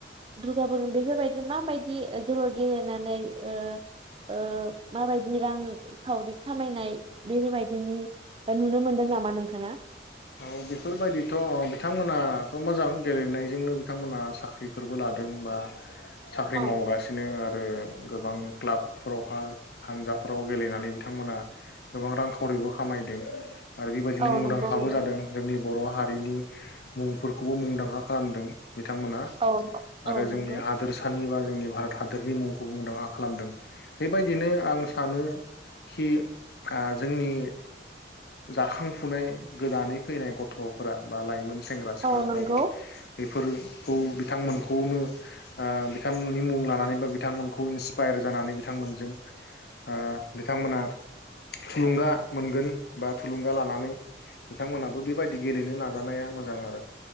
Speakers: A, on the right; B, on the left.
A: दुर्गा बर' बेफोरबायदि माबायदि दहर गेलेनानै ओ ओ माबायदि रांखावरि खामायनाय बेफोरबायदिनि नुनो मोनदों नामा नोंथाङा ।
B: औ बेफोरबायदिथ बिथांमोनाथ मोजां गेलेनायजोंनो बिथांमोना साख्रिफोरबो लादों बा साख्रि
A: औ
B: मावगासिनो आरो गोबां क्लाबफोरावहााय हानजाफोराव गेलेनानै बिथांमोनहा गोबां रांखावरिबो खामायदों आरो बेबायदिनो
A: औ
B: मुंदां
A: नंगौ
B: आरबाव
A: नोंथां।
B: जादों जोंनि बर' हारिनि मुंफोरखौबो मुंदांखा खालामदों। बिथांमोना
A: औ
B: आरो
A: औ
B: जोंनि
A: नंगौ।
B: हादोरसानि बा जोंनि भारत हादरनि मुंखौ मुंदांखा खालामदों बेबायदिनो आं सानो खि ओ जोंनि जाखांफुनाय गोदानै फैनाय गथफोरा बा लाइमोन सेंग्रा सिख्लाफ्राबो
A: औ नंगौ
B: बेफोरोफोरखौ बिथांमोनखौनो बिथांमोननि मुं लानानै बा बिथांमोनखौ इन्सपायार जानानै बिथांमोनजों ओ बिथांमोना थुलुंगा मोनगोन बा थुलुंगा लानानै नोंथांमोनहाबो बेबायदि गेलेनो नाजानाया मोजां आरो